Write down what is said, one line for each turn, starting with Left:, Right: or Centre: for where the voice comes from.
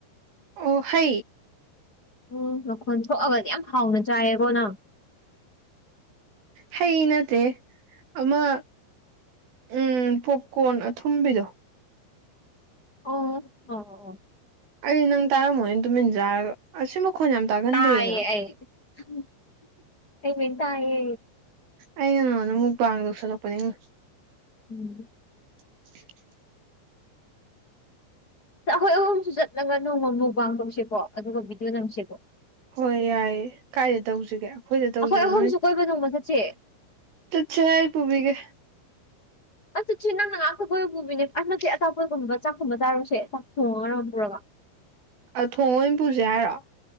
Right: ꯑꯣ ꯍ
Left: ꯎꯝ ꯃꯈꯣꯟ ꯁꯣꯛꯑꯒꯗꯤ ꯌꯥꯝ ꯍꯥꯎꯅ ꯆꯥꯏꯌꯦꯀꯣ ꯅꯪ
Right: ꯍꯩ ꯅꯠꯇꯦ ꯑꯃ ꯎꯝ ꯄꯣꯛꯀꯣꯟꯣꯟ ꯑꯊꯨꯝꯕꯤꯗꯣ
Left: ꯑꯣ ꯑꯣ ꯑꯣ
Right: ꯑꯩ ꯅꯪ ꯇꯥꯔꯝꯃꯣꯣꯏꯅ ꯇꯨꯃꯤꯟꯖꯔꯒ ꯑꯁꯤ ꯃꯈꯣꯟ ꯌꯥꯝ ꯇꯥꯒꯟꯗꯦꯗꯅ
Left: ꯇꯥꯑꯌꯦ ꯑꯩ ꯃꯤꯇꯑꯌꯦ
Right: ꯑꯩꯅ ꯅꯥꯉꯣꯟꯗ ꯃꯨꯛꯕꯥꯥꯡ ꯂꯧꯧꯁꯜꯂꯛꯄꯅꯦ
Left: ꯎꯝ
Right: <inaudible>
Left: ꯑꯩꯈꯣꯏ ꯑꯍꯨꯝꯁꯨ ꯆꯠꯂꯒ ꯅꯣꯡꯃꯃꯨ ꯄꯥꯡ ꯇꯧꯁꯤꯀꯣ ꯑꯗꯨꯒ ꯕꯤꯗꯨꯣ ꯅꯝꯁꯤꯀꯣ
Right: ꯍꯣꯏ ꯌꯥꯏꯌꯦ ꯀꯥꯏꯗ ꯇꯧꯁꯤꯒꯦ ꯑꯩꯈꯣꯏꯗ ꯇꯧꯁꯤꯔꯣ
Left: ꯑꯩꯈꯣꯏ ꯑꯍꯨꯝꯁꯨ
Right: ꯅꯣꯏ
Left: ꯀꯣꯏꯕ ꯅꯣꯡꯃ ꯆꯠꯁꯦ
Right: ꯆꯏ ꯄ ꯄꯨꯕꯤꯒꯦ
Left: ꯑꯛꯁꯤ ꯅꯪꯅ ꯉꯥꯛꯇ ꯀꯣꯏꯕ ꯄꯨꯕꯤꯅꯦ ꯑ ꯅꯠꯇꯦ ꯑꯇꯥꯄꯒꯨꯝꯕ ꯆꯥꯛꯀꯨꯝꯕ ꯆꯥꯔꯨꯁꯦ ꯆꯥꯛ ꯊꯣꯡꯉ ꯃꯔꯝ ꯄꯨꯔꯒ
Right: ꯑ ꯊꯣꯡ ꯍꯝꯄꯁꯦ ꯍꯥꯏꯔꯣꯑꯣ